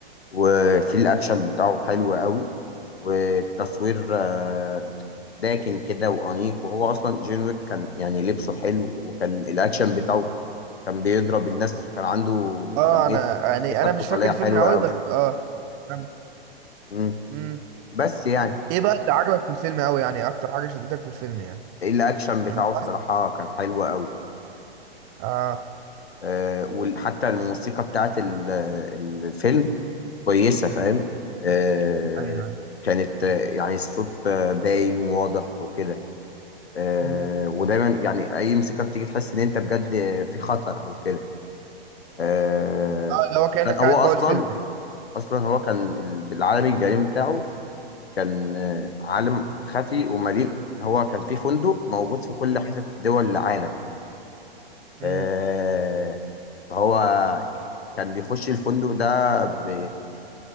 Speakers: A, on the left; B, on the right.
A: وفي الأكشن بتاعه حلو قوي والتصوير آه، داكن كده وأنيق وهو أصلا جون ويك كان يعني لبسه حلو وكان الأكشن بتاعه كان بيضرب الناس وكان عنده
B: اه
A: كمية
B: انا يعني
A: فكر
B: انا مش
A: قتالية
B: فاكر الفيلم
A: حلوة
B: قوي
A: قوي
B: بس اه كمل.
A: مم.
B: مم.
A: بس يعني
B: ايه بقى اللي عجبك في الفيلم قوي يعني اكتر حاجه شدتك في الفيلم يعني
A: الأكشن بتاعه
B: الممثل
A: الصراحة كان حلو قوي
B: اه
A: آه، وحتى الموسيقى بتاعت ال- ال- الفيلم كويسة فاهم آه،
B: ايوه ايوه
A: كانت آه، يعني الصوت آه، باين وواضح وكده آه،
B: امم
A: ودايما يعني أي موسيقى بتيجي تحس إن أنت بجد في خطر أو كده آه،
B: اه اللي هو
A: وكان
B: كانك
A: هو
B: قاعد
A: أصلا
B: جوه الفيلم يعني
A: أصلا هو كان ال- بالعالم الجريم بتاعه كان آه، عالم خفي ومليء هو كان في فندق موجود في كل حتة دول العالم
B: امم
A: آه، فهو كان بيخش الفندق ده ب...